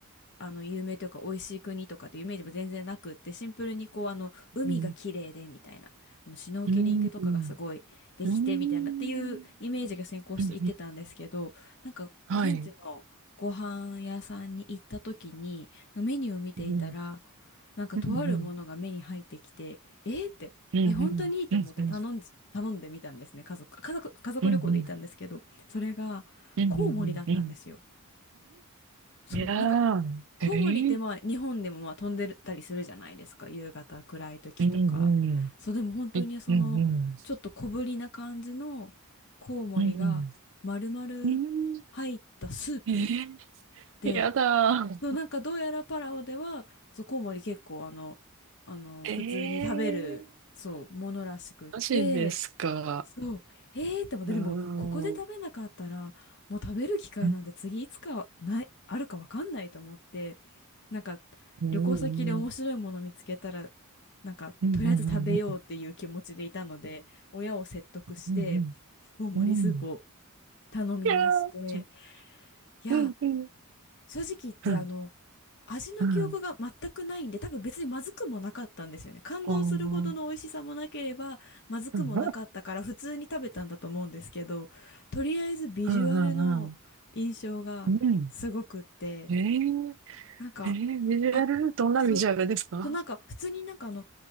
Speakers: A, on the left; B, on the right.
A: あの有名というか美味しい国とかっていうイメージも全然なくってシンプルにこうあの海が綺麗でみたいなあのシュノーケリングとかがすごいできてみたいなっていうイメージが先行していってたんですけどなんか現地のご飯屋さんに行った時にメニューを見ていたら
B: うん、うん、うん、うん、うん、はい、うん、
A: なんかとあるものが目に入ってきてえーってえ本当にと思って頼んじ、
B: うん、うん、うん、うん、うん、
A: 頼んでみたんですね家族、家族、家族旅行で行ったんですけどそれがコウモリだったんですよ。
B: うん、うん、うん、うん、うん、うん、
A: そう、
B: いやー、
A: なんかコウモリってまあ日本でもまあ飛んでたりするじゃないですか夕方暗い時とかそうでも本当にそのちょっと小ぶりな感じのコウモリが丸々入ったスープ
B: えー、うん、うん、えうん、うん、うん、うんえ
A: で
B: ー、やだ
A: そうなんかどうやらパラオではそうコウモリ結構あの、あの普通に食べるそうものらしくって
B: ー。えー、マジですか。
A: そう。えーって思って、
B: ーう
A: でも、ここで食べなかったら、もう食べる機会なんて次いつかない、
B: ん
A: あるかわかんないと思って、なんか、
B: うん
A: 旅行先で面白いもの見つけたら、なんか、
B: うんうんうん
A: とりあえず食べようっていう気持ちでいたので、親を説得して、
B: うんうん
A: 大盛りスープを
B: うんうん
A: 頼みまして、
B: いやーそ
A: いや、
B: うんうん
A: 正直言って、
B: うん
A: あの、味の記憶が全くないんで、
B: うん
A: 多分別にまずくもなかったんですよね。感動するほどの美味しさもなければ、
B: おー
A: まずくもなかったから、
B: うん
A: 普通に食べたんだと思うんですけど、とりあえずビジュアルの印象がすごくって、
B: うんうんうんうんえー
A: なんか、
B: えービジュアルどんなビジュアルですか
A: あ、そ、そうなんか、普通になんかあの、